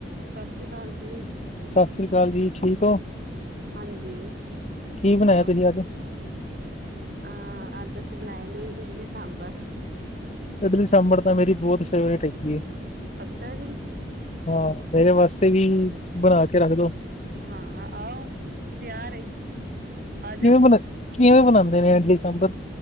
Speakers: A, on the right; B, on the left.
A: ਸਤਿ ਸ੍ਰੀ ਅਕਾਲ ਜੀ
B: ਸਤਿ ਸ਼੍ਰੀ ਅਕਾਲ ਜੀ ਠੀਕ ਹੋ
A: ਹਾਂਜੀ
B: ਕੀ ਬਣਾਇਆ
A: ਹੋਣ।
B: ਤੁਸੀਂ ਅੱਜ
A: ਹਾਂ ਅੱਜ ਅਸੀਂ ਬਣਾਏ ਨੇ ਇਡਲੀ ਸਾਂਬਰ
B: ਇਡਲੀ ਸਾਂਭਰ ਤਾਂ ਮੇਰੀ ਬਹੁਤ ਫੇਵਰੇਟ ਹੈਗੀ ਹੈ।
A: ਅੱਛਾ ਜੀ।
B: ਹਾਂ ਮੇਰੇ ਵਾਸਤੇ ਵੀ ਬਣਾ ਕੇ ਰੱਖ ਦੋ।
A: ਹਾਂ ਆਓ, ਤਿਆਰ ਏ। ਆ ਜਾਓ
B: ਕਿਵੇਂ ਬਨਾ, ਕਿਵੇਂ ਬਨਾਂਦੇ ਨੇ ਇਡਲੀ ਸਾਂਭਰ?